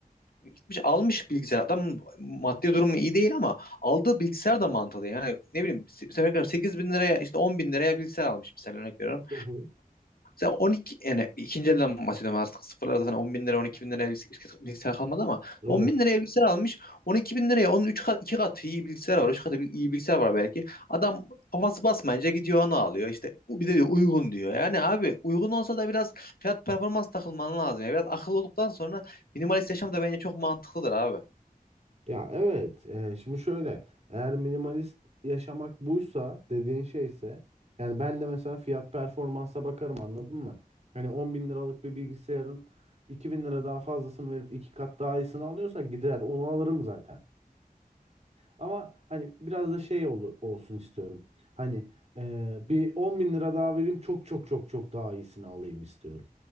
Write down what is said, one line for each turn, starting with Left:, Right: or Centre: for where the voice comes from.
Left: gitmiş almış bilgisayar. Adamın maddi durumu iyi değil ama aldığı bilgisayar da mantıklı. Yani ne bileyim se- mesela 8 bin liraya işte 10 bin liraya bilgisayar almış mesela örnek veriyorum.
Right: Hı hı.
Left: Mesela 12 yani ikinci elden bahsediyorum artık sıfırlar zaten 10 bin lira 12 bin liraya bilgisayar, bilgisayar kalmadı ama
Right: Evet.
Left: 10 bin liraya bilgisayar almış 12 bin liraya onun 3 kat, 2 katı iyi bilgisayar var 3 katı iyi bilgisayar var belki adam kafası basmayınca gidiyor onu alıyor işte bir de diyor uygun diyor yani abi uygun olsa da biraz fiyat performans takılman lazım ya biraz akıllı olduktan sonra minimalist yaşam da bence çok mantıklıdır abi.
Right: Ya evet. Ee, şimdi şöyle. Eğer minimalist yaşamak buysa dediğin şeyse yani ben de mesela fiyat performansa bakarım anladın mı? Hani 10 bin liralık bir bilgisayarın iki bin lira daha fazlasını verip iki kat daha iyisini alıyorsa gider onu alırım zaten. Ama hani biraz da şey ol- olsun istiyorum. Hani e, bir 10 bin lira daha vereyim çok çok çok çok daha iyisini alayım istiyorum.